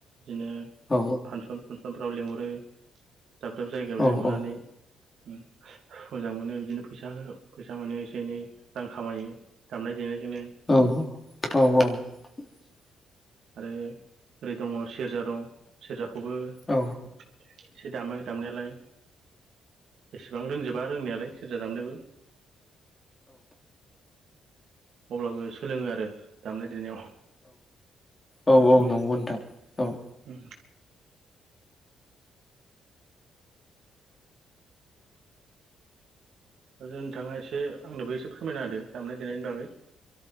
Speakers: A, on the right (about 65°); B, on the left (about 25°).
A: इनो
B: औ
A: फांसन फुनसनफ्राव लिंहरो दाब दाब जायगायाव
B: औ
A: लिंहरनानै
B: औ
A: उम मोजां मोनो बिदिनो फैसा होहो फैसा मोनो एसे एनै रां खामायो दामनाय देनायजोंनो
B: <unintelligible> औ औ
A: आरो ओरै दङ' सेरजा दं सेरजाखौबो एसे
B: औ
A: दामो दामनायालाय। एसेबां रोंजोबा रोंनायालाय सोरजा दामनोबो। अब्लाबो सोलोङो आरो दामनाय देनायाव।
B: औ औ
A: अ।
B: नंगौ नोंथां औ
A: <unintelligible> आरो नोंथाङा एसे आंनोबो एसे फोरमायना होदो दामनाय देनायनि बागै।